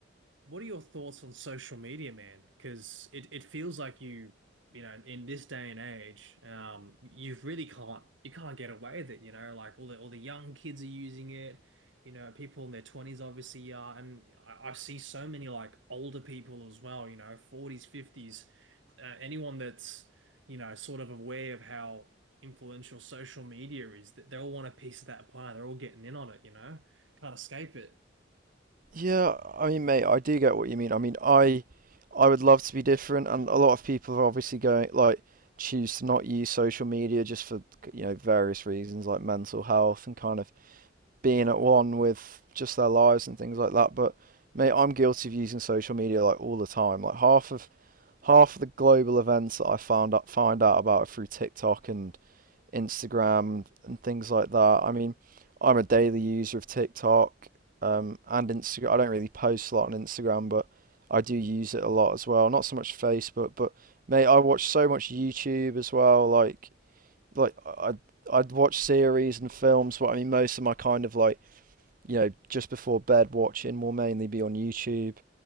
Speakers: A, on the right; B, on the right.
A: What are your thoughts on social media, man? Because it, it feels like you, you know, in this day and age, um, you really can't you can't get away with it, you know, like all the all the young kids are using it, you know, people in their 20s obviously are, and I, I see so many like older people as well, you know, 40s, 50s, uh, anyone that's, you know, sort of aware of how influential social media is, that they all want a piece of that pie, they're all getting in on it, you know, can't escape it.
B: Yeah, I mean, mate, I do get what you mean. I mean, I I would love to be different, and a lot of people are obviously going like choose to not use social media just for you know various reasons like mental health and kind of being at one with just their lives and things like that. But mate, I'm guilty of using social media like all the time. Like half of half of the global events that I found out find out about are through TikTok and Instagram and things like that. I mean, I'm a daily user of TikTok um, and Instagram. I don't really post a lot on Instagram, but I do use it a lot as well. Not so much Facebook, but mate, I watch so much YouTube as well. Like, like I I'd watch series and films, but I mean, most of my kind of like you know just before bed watching will mainly be on YouTube.